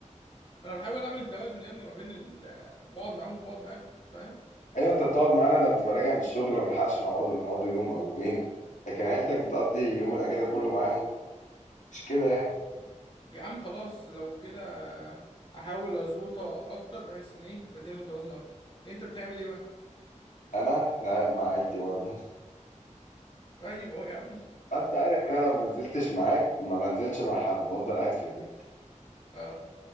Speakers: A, on the left; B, on the left.
A: انا بحاول اعمل توازن يا ابني ما بين ال... بقعد معاهم وبقعد معاكم فاهم
B: ايوه انت بتقعد معانا لما تبقى راجع من الشغل وما نلحقش نقعد بنقعد يوم او يومين لكن عيلتك بتقضي يوم الاجازه كله معاهم مش كده يعني
A: يا عم خلاص لو كده احاول اظبطها اكتر بحيث ان ايه تبقى الدنيا متوازنه اكتر انت بتعمل ايه بقى
B: انا انا قاعد مع عيلتي برضه
A: طيب اهو يا عم
B: <laughs> انت عارف ان انا لو ما نزلتش معاك ما بنزلش مع حد بفضل قاعد في البيت
A: اه